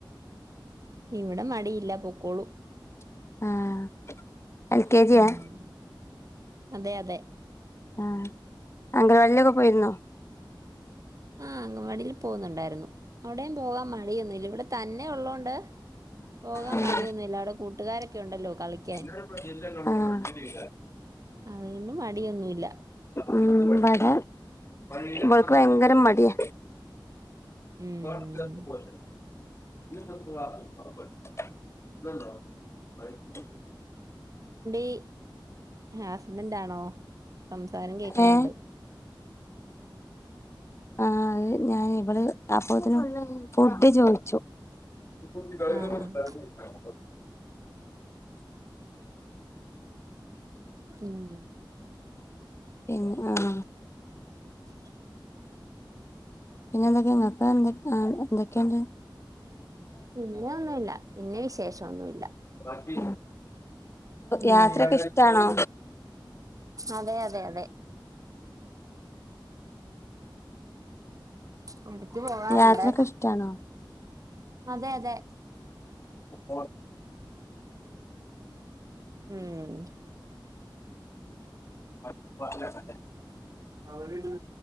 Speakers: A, on the right (about 45°); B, on the left (about 35°).
A: ഇവിടെ മടിയില്ല പൊക്കോളൂ
B: ആഹ് എൽ കെ ജിയാ
A: ഉം അതെ അതെ
B: ആഹ് അങ്കന വാഡിലൊക്കെ പോയിരുന്നോ
A: ആഹ് അംഗവാടില് പോകുന്നുണ്ടാരുന്നു അവിടെം പോകാൻ മ മടിയൊന്നന്നുംഇല്ല ഇവിടെ തന്നെ ഉള്ളോണ്ട് പോകാൻ
B: ആഹ്
A: മടിയൊന്നും ഇല്ല അവിടെ കൂട്ടാരൊക് ഉണ്ടല്ലോ കളിക്കാൻ
B: ആഹ്
A: അതുകൊണ്ട് മടിയൊന്നുമില്ല
B: ഉം വരാം ഇവക്ക് ഭയങ്കര മടിയ
A: ഉം
B: <unintelligible> <unintelligible>
A: <inaudible> ഹാസ്ബെന്റാണോ സംസാരം കേക്കണൊണ്ട്
B: ഏഹ് ആഹ് അത് ഞാൻ ഇവള് അപ്പോത്തിനും ഫുഡ്‌ ചോയി ച്ചോ <unintelligible>
A: ആഹ് ആഹ് ഉം
B: പിം ആഹ
A: ഉ
B: പിന്നെ എന്തൊക്കെ നിങ്ങക്ക് എന്തൊക്ക ആ എന്തൊക്കെയുണ്ട്
A: പിന്നെ ഒന്നുംല്ല പിന്നെ വിശേഷംൊന്നുമില്ല
B: ബാക്കി
A: ഉം
B: യാത്രക്ക ഇഷ്ടാണോ
A: അതെ അതെ അതെ ഉണ്ടക്ക് പോകാറുണ്ട്
B: യാത്രൊക്കെ ഇഷ്ടാണോ
A: അതെ അതെ
B: ഉ
A: ഉം
B: ഹധ്ധ്ഡ്ജ്സ് <unintelligible>
A: അവര്